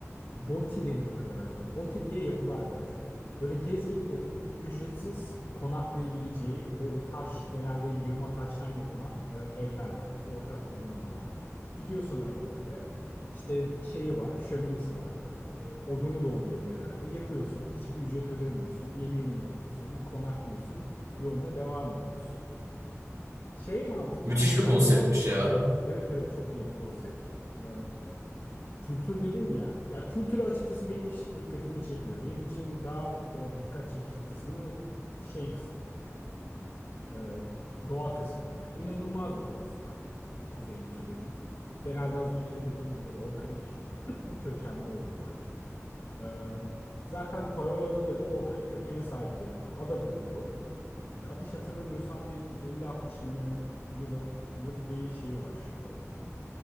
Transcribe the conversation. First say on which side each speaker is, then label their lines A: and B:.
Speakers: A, on the left (about 60°); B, on the right (about 80°).
A: Boti deniyordu galiba. Boti diye yapılar var. Böyle gezginlerin ücretsiz konaklayabileceği böyle taş genelde yığma taştan yapılan e, evler var. Ortak kullanım alanı. Gidiyorsun abi oraya. İşte şeyi var, şöminesi var. E, odunu da oluyor genelde. Yakıyorsun, hiçbir ücret ödemiyorsun. Yemeğini yapıyorsun, konaklıyorsun. Yoluna devam ediyorsun. Şey mantık
B: Müthiş
A: yani İskandinav
B: bir konseptmiş
A: Ay,
B: ya.
A: evet evet çok iyi bir konsept. Ee, Kültür dedin ya. Ya kültürü açıkçası benim hiç dikkatimi çekmiyor. Benim için daha e, dikkat çekici kısmı şey kısmı e, doğa kısmı. Yani inanılmaz bir doğası var kuzey ülkelerinin. Genelde az önce de dediğim gibi volkanik <clears throat> kökenli oluyorlar. E, zaten Faroe Adaları da volkanik kökene sahip bir ada grubu. Ya- Yanlış hatırlamıyorsam bir 50-60 milyon yıllık bir şeyi var. E,